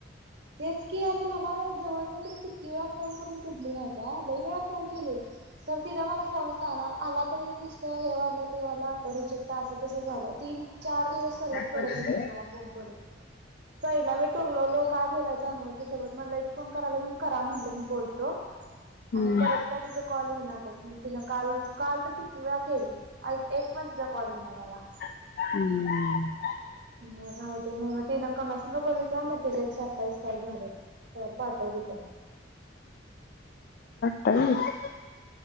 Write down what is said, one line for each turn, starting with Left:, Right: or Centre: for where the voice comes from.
Right: तेच की आणि मला जवळ जवळ तिनं किती वेळा फोन करून पिडली माहिताय लई वेळा फोन केली तर तिनं मला फोनच लावणार आला तरी नुसत हे व्हालं ते व्हालं आत्ता रिजेक्ट हाय अस तस झालं तीन चार दिवस सलग पिडत
Left: तुझे
Right: हुती मला फोन करून. पहिला मी तु काय बोलायचं अनोळखी सोबत म लईच फोन कराल्या म्हणून करा म्हणलं मी बोलतो
Left: हम्म
Right: आणि परत काय तिचं कॉल येनातच म तिनं काल काल तर किती वेळा केली एक पण तिचा कॉल ईना मला
Left: <unintelligible>
Right: म राहूदे म तिनं कुणा संग बोलली् काय माहित तझं एकशे अठ्ठावीस कॉल झाल्यात तर पाटवली पण
Left: <unintelligible>